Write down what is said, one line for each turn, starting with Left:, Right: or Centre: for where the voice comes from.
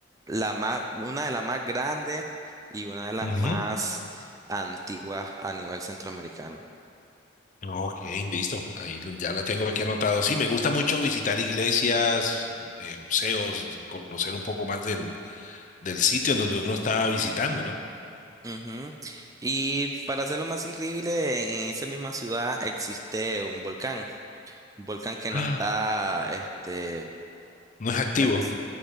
Right: la más, una de las más grandes y una de las
Left: Ujú.
Right: más antiguas a nivel centroamericano.
Left: Ok, listo. Ahí lo- ya la tengo aquí anotado. Sí, me gusta mucho visitar iglesias, eh, museos, eh, conocer un poco más del, del sitio en donde uno está visitando, ¿no?
Right: Ujú. Y para hacerlo más increíble, en esa misma ciudad existe un volcán, un volcán que
Left: Ah,
Right: no está, este,
Left: No es activo.
Right: es-